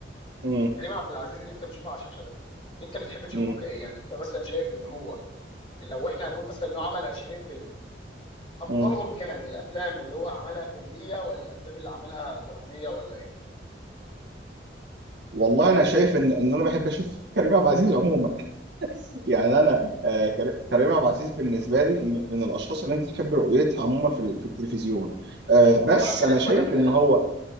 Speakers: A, on the right; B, on the left.
A: مم.
B: كريم عبد العزيز اللي انت بتشوفه على الشاشه ده انت بتحب تشوفه
A: مم.
B: كايه يعني انت مثلا شايف ان هو لو احنا هنقول مثلا انه عمل 20 فيلم افضلهم
A: مم.
B: كان الافلام اللي هو عملها كوميديه ولا الافلام اللي عملها دراميه ولا ايه
A: والله انا شايف ان ان انا بحب اشوف كريم عبد العزيز عموما يعني
B: مم.
A: انا آه، كر- كريم عبد العزيز بالنسبه لي م- من الاشخاص اللي انت تحب رؤيتها عموما في ال- في التلفزيون آه، بس
B: فبصراحه كاريزما
A: انا شايف
B: جامده
A: ان
B: يعني
A: هو